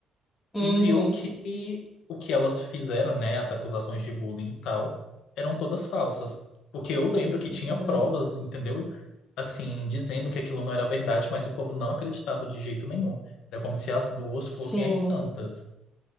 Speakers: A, on the left; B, on the left.
A: Uhum,
B: e viu que o que elas fizeram, né, as acusações de bullying e tal, eram todas falsas. Porque eu lembro que tinha
A: uhum.
B: provas, entendeu? Assim, dizendo que aquilo não era verdade, mas o povo não acreditava de jeito nenhum. Era como se as duas
A: Sim.
B: fossem as santas.